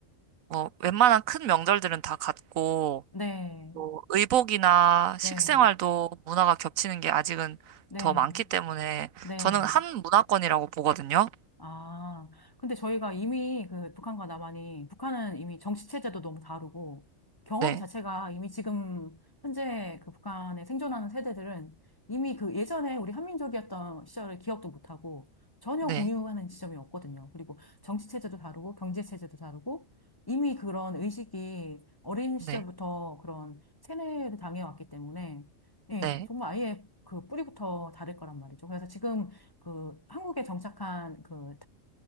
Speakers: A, on the right; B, on the left.
A: 뭐 웬만한 큰 명절들은 다 같고
B: 네,
A: 또 의복이나 식생활도
B: 네,
A: 문화가 겹치는 게 아직은
B: 네,
A: 더 많기 때문에
B: 네.
A: 저는 한 문화권이라고 보거든요.
B: 아, 근데 저희가 이미 그 북한과 남한이, 북한은 이미 정치체제도 너무 다르고, 경험
A: 네.
B: 자체가 이미 지금 현재 그 북한에 생존하는 세대들은 이미 그 예전에 우리 한민족이었던 시절을 기억도 못하고, 전혀
A: 네.
B: 공유하는 지점이 없거든요. 그리고 정치체제도 다르고, 경제체제도 다르고, 이미 그런 의식이 어린
A: 네,
B: 시절부터 그런 세뇌를 당해왔기 때문에, 예,
A: 네,
B: 정말 아예 그 뿌리부터 다를 거란 말이죠. 그래서 지금 그 한국에 정착한 그